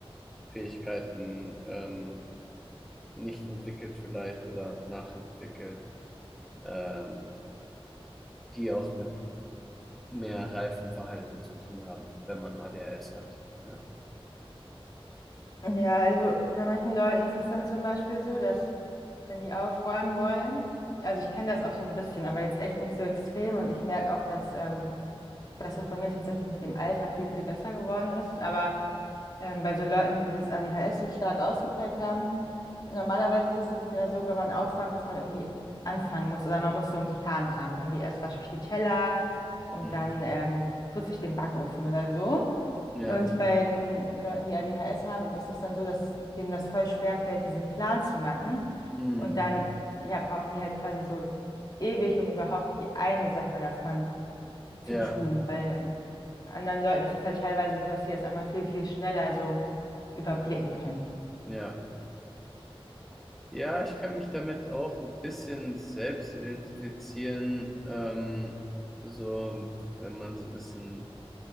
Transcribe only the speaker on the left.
Ja, also bei manchen Leuten ist es dann zum Beispiel so, dass wenn die aufräumen wollen, also ich kenne das auch so ein bisschen, aber jetzt echt nicht so extrem und ich merke auch, dass ähm, dass es bei mir tatsächlich mit dem Alter viel, viel besser geworden ist. Aber ähm, bei so Leuten, die dieses ADHS so stark ausgeprägt haben, normalerweise ist es ja so, wenn man aufräumt, dass man irgendwie anfangen muss oder man muss so einen Plan haben. Irgendwie erst wasche ich die Teller und
dann ähm, putze ich den Backofen oder so.
Und bei den Leuten, die ADHS haben, ist das dann so, dass denen das voll schwer fällt, diesen Plan zu machen.
Und dann, ja, brauchen die halt quasi so ewig, um überhaupt die eine Sache davon
zu tun, weil anderen Leuten ist es halt teilweise so, dass die das einfach viel, viel schneller so überblicken können.